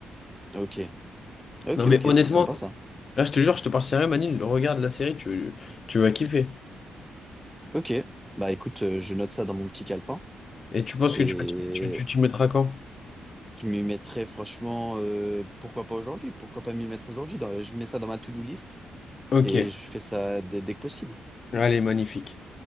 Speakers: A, in the centre; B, on the left.
A: Ok, ok,
B: Non, mais
A: ok,
B: honnêtement,
A: c'est sympa ça.
B: là, je te jure, je te parle sérieux, Manil. Regarde la série, tu, tu vas kiffer.
A: Ok, bah écoute, euh, je note ça dans mon petit calepin
B: Et tu penses
A: et
B: que tu vas kiffer, tu, tu t'y mettras quand?
A: je m'y mettrai franchement, euh, pourquoi pas aujourd'hui? Pourquoi pas m'y mettre aujourd'hui? Dans- Je mets ça dans ma to-do list.
B: Ok.
A: et je fais ça dès, dès que possible.
B: Allez, magnifique.